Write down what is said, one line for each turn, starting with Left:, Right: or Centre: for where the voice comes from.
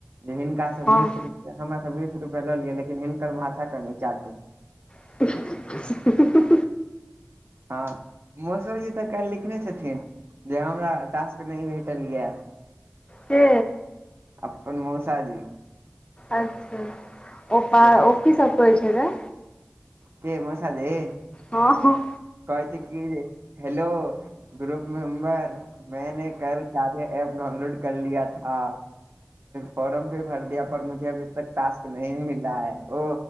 Right: जे हिनका
Left: हँ
Right: बीस रुपया हमरासँ बीस रुपया लऽ लियै लेकिन हिनकर माथा कनी चाटू
Left: <unintelligible>
Right: हँ मौसो जी तऽ काल्हि लिखने छथिन जे हमरा टास्क नहि भेटल यऽ
Left: के
Right: अपन मोसाजी
Left: अच्छा ओ पा
Right: जे
Left: ओ की सब कहै छले
Right: के मौसाजी
Left: हँ हँ
Right: कहै छै की जे हेलो ग्रुप मेम्बर मैंने कल जादे ऐप डाउनलोड कर लिया था। फोर्म भे भर दिया पर मुझे अभी तक टास्क नहि मिला है <unintelligible> ओ